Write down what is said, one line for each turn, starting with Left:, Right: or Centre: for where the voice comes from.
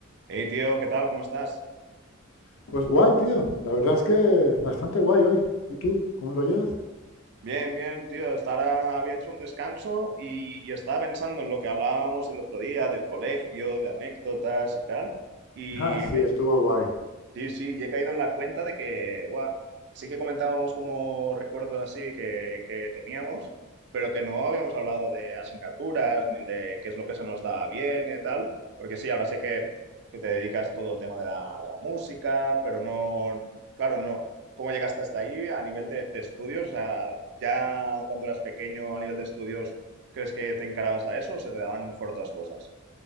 Right: Hey, tío, ¿qué tal? ¿Cómo estás?
Left: Pues guay, tío. La verdad es que bastante guay hoy. ¿Y tú? ¿Cómo lo llevas?
Right: Bien, bien, tío. Hasta ahora había hecho un descanso y, y estaba pensando en lo que hablábamos el otro día del colegio, de anécdotas y tal. Y
Left: Ah, sí,
Right: he caído
Left: estuvo guay.
Right: Sí, sí, y he caído en la cuenta de que, guau, sí que comentábamos como recuerdos así que, que teníamos, pero que no habíamos hablado de asignaturas ni de qué es lo que se nos da bien y tal, porque sí, ahora sé que, que te dedicas todo el tema de la, de la música, pero no, claro, no, ¿cómo llegaste hasta ahí a nivel de, de estudios? O sea, ya cuando eras pequeño a nivel de estudios, ¿crees que te encarabas a eso o se te daban mejor otras cosas?